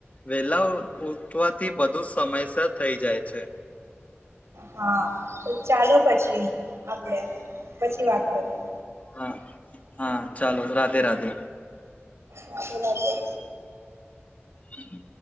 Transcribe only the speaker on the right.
હા ચાલો પછી આપડે પછી વાત કરીએ.
રાધે રાધે